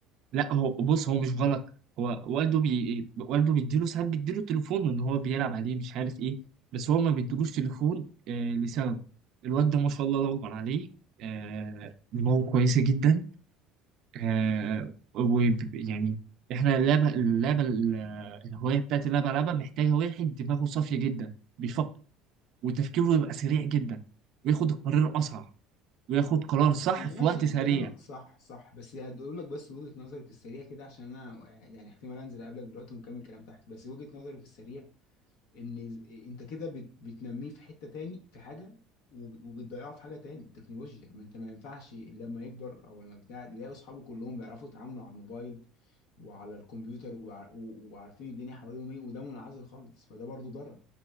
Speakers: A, on the right; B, on the left.
A: لا هو بص هو مش غلط هو والده بي... والده بيديله ساعات بيديله تليفون ان هو بيلعب عليه مش عارف ايه بس هو ما بيديلوش
B: مم.
A: تليفون آه لسبب الواد ده ما شاء الله الله اكبر عليه آه دماغه كويسه جدا آه وب- يعني احنا اللعبه اللعبه ال- الهوايه بتاعت اللعبه لعبه محتاجه واحد دماغه صافيه جدا بيفكر وتفكيره يبقى سريع جدا وياخد القرار اسرع وياخد قرار
B: بس
A: صح
B: ماشي
A: في وقت سريع
B: كلامك صح صح بس هقول لك بس وجهة نظري في السريع كده عشان انا يعني احتمال انزل اقابلك دلوقتي ونكمل كلام تحت بس وجهة نظري في السريع ان ز- انت كده بت- بتنميه في حته تاني في حاجه وب- وبتضيعه في حاجه تاني التكنولوجيا ما انت ما ينفعش لما يكبر او لما بتاع تلاقي اصحابه كلهم بيعرفوا يتعاملوا على الموبايل وعلى الكمبيوتر وبع- و- وعارفين الدنيا حواليهم ايه وده منعزل خالص فده برضو ضرر